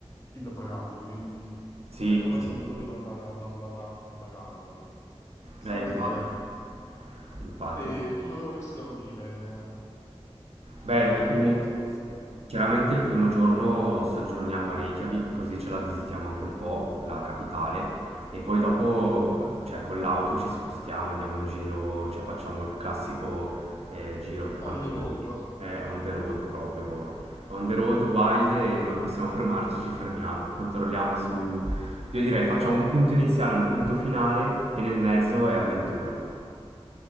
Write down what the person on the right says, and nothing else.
Sì,
sì.
Eh, infatti,
infatti,
infatti.
Beh,
il primo,
chiaramente il primo giorno soggiorniamo a Reykjavik, così ce la visitiamo anche un po', la capitale, e poi dopo, cioè, con l'auto ci spostiamo, andiamo in giro, cioè, facciamo il classico eh, giro che fanno
tutti,
eh, on the road proprio, on the road wild, e dove possiamo fermarci ci fermiamo, controlliamo su, io direi facciamo un punto iniziale, un punto finale, e nel mezzo è avventura.